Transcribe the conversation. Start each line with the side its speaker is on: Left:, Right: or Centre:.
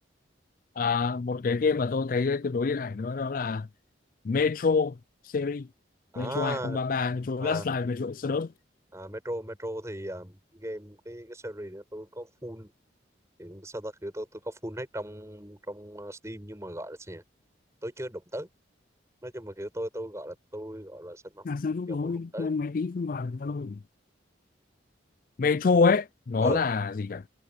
Left: À, một cái game mà tôi thấy tương đối điện ảnh nữa đó là Metro series
Right: À,
Left: Metro 2033, Metro
Right: à,
Left: Last Light, Metro Exodus.
Right: à Metro Metro thì à, game cái cái series đó tôi có full thì sao ta kiểu tôi tôi có full hết trong trong ờ, Steam nhưng mà gọi là gì nhỉ? Tôi chưa đụng tới nói chung là kiểu tôi tôi gọi là tôi gọi là sao học,
Left: là sao lúc
Right: kiểu
Left: bố
Right: muốn đụng tới
Left: lên máy tính không vào được Zalo Metro ấy nó
Right: ờ
Left: là gì cả